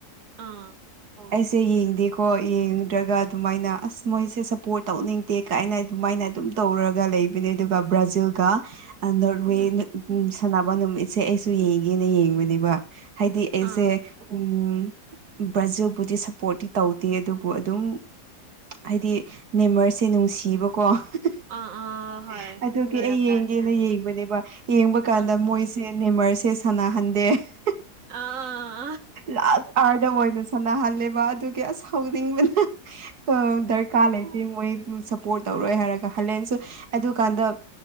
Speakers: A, on the right (about 55°); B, on the right (about 75°).
A: ꯑꯥ
B: ꯑꯩꯁꯦ ꯌꯦꯡꯗꯦꯀꯣ ꯌꯦꯡꯗ꯭ꯔꯒ ꯑꯗꯨꯃꯥꯏꯅ ꯑꯁ ꯃꯣꯏꯁꯦ ꯁꯞꯄꯣꯔꯠ ꯇꯧꯅꯤꯡꯇꯦ ꯀꯥꯏꯅ ꯑꯗꯨꯃꯥꯏꯅ ꯑꯗꯨꯝ ꯇꯧꯔꯒ ꯂꯩꯕꯅꯦ ꯑꯗꯨꯒ ꯕ꯭ꯔꯥꯖꯤꯜꯒ ꯅꯣꯔꯋꯦꯅ
A: ꯎꯝ
B: ꯁꯅꯕ ꯅꯨꯃꯤꯠꯁꯦ ꯑꯩꯁꯨ ꯌꯦꯡꯒꯦꯅ ꯌꯦꯡꯕꯅꯦꯕ ꯍꯥꯏꯗꯤ ꯑꯦꯁꯦ
A: ꯑꯥ
B: ꯎꯝ ꯕ꯭ꯔꯖꯤꯜꯕꯨꯗꯤ ꯁꯞꯄꯣꯔꯠꯇꯤ ꯇꯧꯗꯦ ꯑꯗꯨꯕꯨ ꯑꯗꯨꯝ ꯍꯥꯏꯗꯤ ꯅꯦꯝꯃꯔꯁꯦ ꯅꯨꯡꯁꯤꯕꯀꯣ <unintelligible>
A: ꯑꯥ ꯑꯥ ꯍꯣꯏ
B: ꯑꯗꯨꯒꯤ
A: ꯂꯣꯏꯔꯝꯗꯥꯏꯅ
B: ꯑꯩ ꯌꯦꯡꯒꯦꯅ ꯌꯦꯡꯕꯅꯦꯕ ꯌꯦꯡꯕ ꯀꯥꯟꯗ
A: ꯑꯥ
B: ꯃꯣꯏꯁ ꯁꯦ ꯅꯦꯃꯔꯁꯦ ꯁꯥꯟꯅ ꯍꯟꯗꯦ <unintelligible>
A: ꯥꯑꯥ <unintelligible>
B: ꯂꯥꯁ ꯑꯥꯔꯗ ꯑꯣꯏꯅ ꯁꯥꯟꯅꯍꯜꯂꯦꯕ ꯑꯗꯨꯒꯤ ꯑꯁ ꯁꯧꯅꯤꯡꯕꯅ <unintelligible> ꯑꯥ ꯗꯔꯀꯥꯔ ꯂꯩꯇꯦ ꯃꯣꯏ ꯁꯞꯄꯣꯔꯠ ꯇꯧꯔꯣꯏ ꯍꯥꯏꯔꯒ ꯍꯜꯂꯦꯟꯁꯨ ꯑꯗꯨ ꯀꯥꯟꯗ